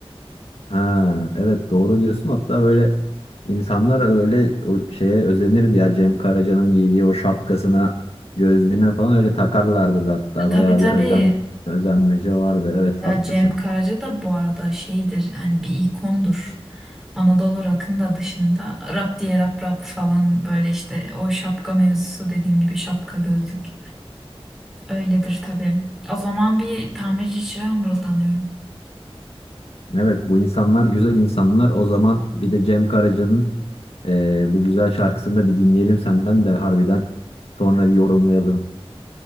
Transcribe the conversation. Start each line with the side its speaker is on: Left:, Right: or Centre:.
Left: Ha, evet doğru diyorsun. Hatta böyle insanlar öyle o şeye özenirdi ya. Cem Karaca'nın giydiği o şapkasına, gözlüğüne falan öyle takarlardı da hatta.
Centre: E, Tabii
Left: Bayağı
Centre: tabii.
Left: bir özen özenmece vardı. Evet
Centre: Ya
Left: haklısın.
Centre: Cem Karaca da bu arada şeydir hani bir ikondur. Anadolu rock'ın da dışında rap diye rap rap falan böyle işte o şapka mevzusu dediğin gibi şapka gözlük. Öyledir tabii. O zaman bir tamirci çırağı mırıldanıyorum.
Left: Evet bu insanlar güzel insanlar. O zaman bir de Cem Karaca'nın eee, bu güzel şarkısını da bir dinleyelim senden de harbiden sonra bir yorumlayalım.